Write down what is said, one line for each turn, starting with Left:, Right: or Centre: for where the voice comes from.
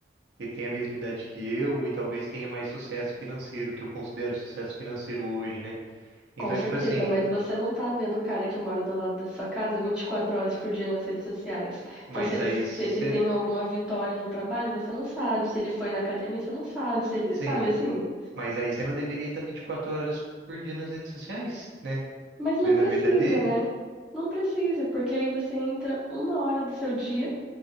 Right: Ele tem a mesma idade que eu e talvez tenha mais sucesso financeiro, que eu considero sucesso financeiro hoje, né? Então,
Centre: Com certeza,
Right: tipo assim,
Centre: mas você não tá vendo o cara que mora do lado da sua casa 24 horas por dia nas redes sociais.
Right: mas
Centre: Então, se ele,
Right: aí
Centre: se
Right: você,
Centre: ele tem alguma vitória no trabalho, você não sabe. Se ele foi na academia, você não sabe. Se ele,
Right: sim,
Centre: sabe assim?
Right: mas aí você não deveria estar 24 horas por dia nas redes sociais, né?
Centre: Mas não
Right: Vendo
Centre: precisa,
Right: a vida dele?
Centre: né? Não precisa, porque aí você entra uma hora do seu dia